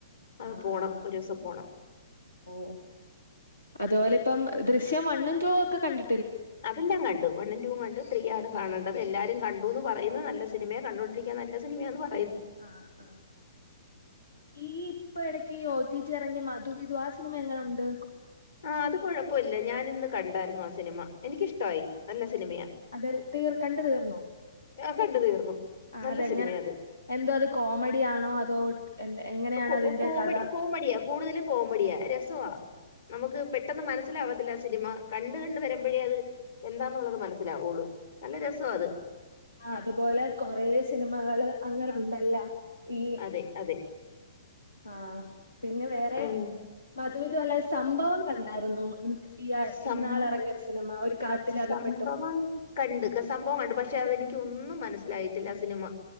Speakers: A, on the left; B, on the left.
A: അത്
B: ആ
A: പോണം
B: അ അ
A: ഒരൂസം പോണം.
B: ഓ അതുപോലെ ഇപ്പം ദൃശ്യം വണ്ണും ടുവും കണ്ട്
A: അതെല്ലാം കണ്ടു വൺഉം ടുവും കണ്ട് ത്രീ ആണ് കാണെണ്ടത് എല്ലാവരും കണ്ടുന്നു പറയുന്നു നല്ല സിനിമയ കണ്ടൊണ്ടിരിക്കൻ നല്ല സിനിമയന്ന് പ
B: ആ ആ ഈ ഇപ്പ ഇടക്ക്ഈ ഒട്ടിട്ടി ഇറങ്ങ്യ മ വിധു ആ സിനിമ എങ്ങനെ ഉണ്ട്
A: ആ അത് കൊഴപ്പമില്ല ഞാനിന്ന് കണ്ടായിരുന്നു ആ സിനിമ എനിക്കിഷ്ടായി നല്ല സിനിമയാ
B: അത് തീർ കണ്ട് തീർന്നോ
A: ആ കണ്ടു തീർന്നു
B: ആ
A: നല്ല
B: അതെങ്ങനെ
A: സിനിമയാ അത്
B: എന്തോ അത് കോമഡി ആണോ അതോ എങ്ങനെയാണ്
A: ക്
B: അതിന്റെ
A: ക് കോമഡി
B: കഥ
A: കോമഡിയാ കൂടുതലും കോമഡിയാ രസ്വ നമുക്ക് പെട്ടെന്ന് മനസ്സിലാവാത്തില്ല സിനിമ കണ്ട് കണ്ട് വരുമ്പോഴേ അത് എന്താന്നുള്ളത് മനസ്സിലാവുള്ളു നല്ല രസാ അത്
B: ആ അതുപോലെ കൊറേ സിനിമകള് അങ്ങനെ ഉണ്ടല്ല ഈ
A: അതെ അതെ
B: ആ പിന്നെ വേറെ
A: ഉം
B: മധുവിധു അല്ലാെ സംഭവം കണ്ടായിരുന്നോ ഈ
A: സം
B: ഇന്നാൾ ഇറങ്ങിയ ഒരു സിനിമ ഒരു കാട്ടിലകപ്പെട്ടു
A: സംഭവം
B: പോണ
A: കണ്ട് സംഭവണ്ട് പക്ഷെ അതെനിക്ക് ഒന്നും മനസ്സിലായിട്ടില്ല സിനിമ